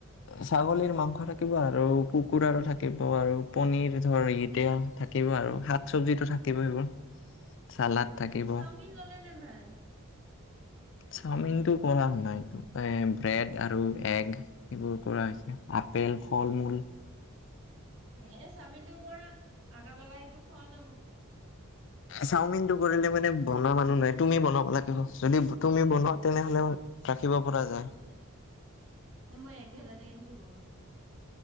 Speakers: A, on the left; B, on the right.
A: ছাগলীৰ মাংস থাকিব আৰু কুকুৰাৰো থাকিব আৰু পনিৰ ধৰ এতিয়া থাকিব আৰু শাক চবজিতো থাকিব এইবোৰ। চালাড থাকিব
B: চাওমিন ললে নে নাই।
A: চাওমিনটো কৰা নাই এইটো এহ ব্ৰেড আৰু এগ এইবোৰ কৰা হৈছে আপেল ফল মূল।
B: এ চাওমিনটোও মৰা আগাবেলা সটো খোৱা যাব।
A: চাওমিনটো কৰিলে মানে বন মানুহ নাই তুমি বনাব লাগিব যদি তুমি বনোৱা তেনেহলে ৰাখিব পৰা যায়।
B: ন মই একেলাতে কেকে বনামতে।